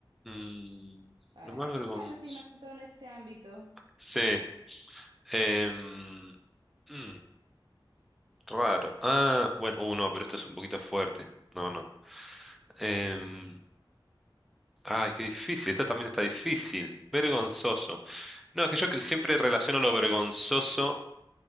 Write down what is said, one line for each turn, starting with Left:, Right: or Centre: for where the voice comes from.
Centre: Mm,
Right: ah,
Centre: lo más vergonzoso.
Right: bueno, sí, más que todo en este ámbito.
Centre: Sí. em, mm, raro. Ah, bueno, uh, no, pero esto es un poquito fuerte. No, no. Em, Ay, qué difícil. Esta también está difícil. Vergonzoso. No, es que yo que siempre relaciono lo vergonzoso